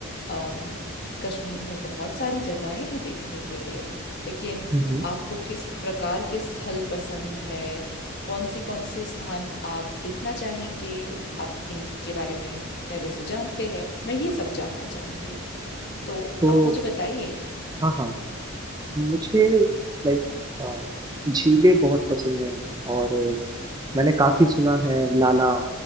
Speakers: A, on the left; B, on the right.
A: अम, कश्मीर में बहुत सारी जगहें हैं देखने के लिए लेकिन
B: हम्म
A: आपको किस प्रकार के स्थल पसंद है कौन सी कौन से स्थान आप देखना चाहेंगे आप किन किन के बारे में पहले से जानते हैं मैं ये सब जानना चाहूंगी तो
B: तो
A: आप मुझे बताइए
B: हाँ हाँ मुझे लाइक झीलें बहुत पसंद हैं और अ, मैंने काफी सुना है लाला